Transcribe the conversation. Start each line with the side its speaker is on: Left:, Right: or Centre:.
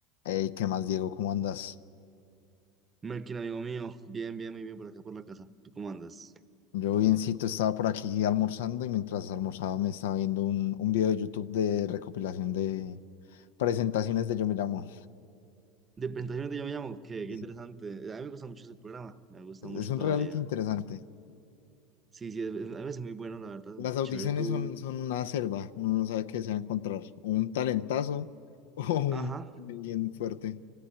Left: Ey, ¿qué más, Diego? ¿Cómo andas?
Right: Melkin, amigo mío, bien, bien, muy bien por acá, por la casa. ¿Tú cómo andas?
Left: Yo biencito, estaba por aquí almorzando y mientras almorzaba me estaba viendo un, un video de YouTube de recopilación de presentaciones de Yo Me Llamo.
Right: De presentaciones de Yo Me Llamo, qué, qué
Left: Sí,
Right: interesante.
Left: sí.
Right: A mí me gusta mucho ese programa, me gusta
Left: Es,
Right: mucho
Left: es un
Right: todavía.
Left: reality interesante.
Right: Sí, sí, es- es- a veces muy bueno, la verdad,
Left: Las
Right: es
Left: audiciones
Right: chévere tú.
Left: son, son una selva, uno no sabe qué se va a encontrar, o un talentazo <laughs> o un
Right: Ajá,
Left: alguien fuerte.